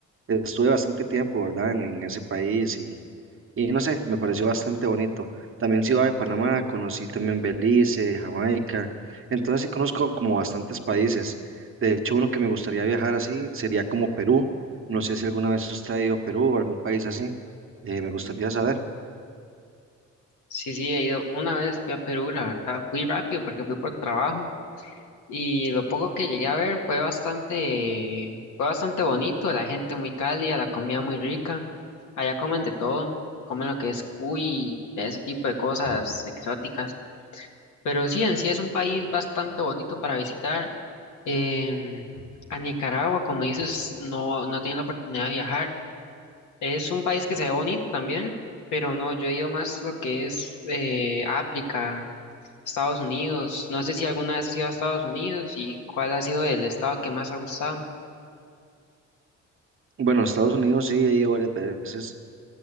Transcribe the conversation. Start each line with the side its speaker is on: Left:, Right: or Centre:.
Right: Estuve bastante tiempo, ¿verdad? En, en ese país y, y no sé, me pareció bastante bonito. También Ciudad de Panamá, conocí también Belice, Jamaica. Entonces sí conozco como bastantes países. De hecho, uno que me gustaría viajar así sería como Perú. No sé si alguna vez usted ha ido a Perú o algún país así. Eh, me gustaría saber.
Left: Sí, sí, he ido una vez, fui a Perú, la verdad, fui rápido porque fui por trabajo. Y lo poco que llegué a ver fue bastante, fue bastante bonito, la gente muy cálida, la comida muy rica. Allá comen de todo, comen lo que es cuy, ese tipo de cosas exóticas. Pero sí, en sí es un país bastante bonito para visitar. Em, a Nicaragua, como dices, no, no he tenido la oportunidad de viajar. Es un país que se ve bonito también, pero no, yo he ido más lo que es eh, África, Estados Unidos. No sé si alguna vez has ido a Estados Unidos y cuál ha sido el estado que más ha gustado.
Right: Bueno, a Estados Unidos sí he ido varias veces.